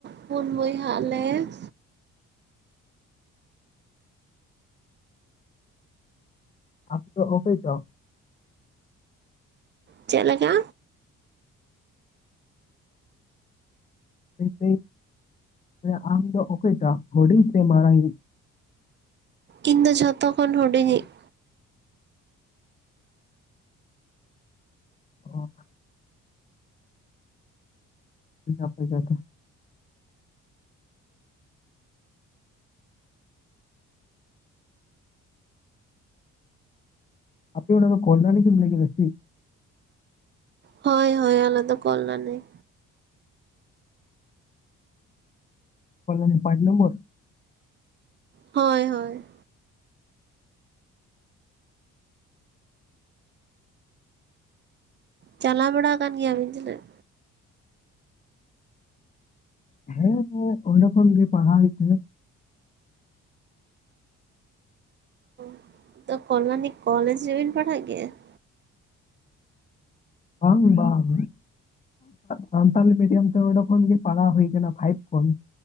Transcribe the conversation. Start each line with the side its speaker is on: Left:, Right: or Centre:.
Right: ᱯᱩᱱ ᱵᱚᱭᱦᱟᱜ ᱞᱮ ᱾
Left: ᱟᱢ ᱫᱚ ᱚᱠᱚᱭ ᱴᱟᱜ?
Right: ᱪᱮᱫ ᱞᱮᱠᱟ?
Left: ᱢᱟᱱᱮ ᱥᱟᱣ ᱟᱢᱫᱚ ᱚᱠᱚᱭᱴᱟᱜ ᱦᱩᱰᱤᱝ ᱥᱮ ᱢᱟᱨᱟᱝ ᱤᱡ?
Right: ᱤᱧ ᱫᱚ ᱡᱷᱚᱛᱚ ᱠᱷᱚᱱ ᱦᱩᱰᱤᱧᱤᱡ ᱾
Left: ᱚ <unintelligible> ᱟᱯᱮ ᱚᱲᱟ ᱫᱚ <unintelligible> ᱮᱢ ᱞᱟᱹᱭ ᱠᱮᱫᱟ ᱪᱤ
Right: ᱦᱚᱭ ᱦᱚᱭ ᱟᱞᱮ ᱫᱚ ᱠᱚᱞᱟᱹᱱᱤ
Left: ᱠᱚᱞᱟᱹᱱᱤ ᱯᱟᱸᱪ ᱱᱚᱢᱵᱚᱨ
Right: ᱦᱚᱭ ᱦᱚᱭ ᱪᱟᱞᱟᱣ ᱵᱟᱲᱟ ᱠᱟᱱ ᱜᱮᱭᱟ ᱵᱤᱱ ᱡᱮᱞᱮᱠ
Left: ᱦᱮᱸ ᱚᱸᱰᱮ ᱠᱷᱚᱱ ᱜᱮ ᱯᱟᱲᱦᱟᱣ ᱦᱚᱭᱚ ᱛᱮᱱᱟ
Right: <unintelligible> ᱛᱚ ᱠᱚᱞᱞᱟᱱᱤ ᱠᱚᱞᱮᱡᱽ ᱨᱮᱵᱤᱱ ᱯᱟᱲᱦᱟᱜ ᱜᱮᱭᱟ ᱾
Left: ᱵᱟᱝ ᱵᱟᱝ ᱥᱟᱱᱛᱟᱞᱤ ᱢᱤᱰᱤᱭᱟᱢ ᱛᱮ ᱚᱸᱰᱮ ᱠᱷᱚᱱ ᱜᱮ ᱯᱟᱲᱦᱟᱣ ᱦᱩᱭ ᱟᱠᱟᱱᱟ ᱯᱷᱟᱭᱤᱵ ᱠᱷᱚᱱ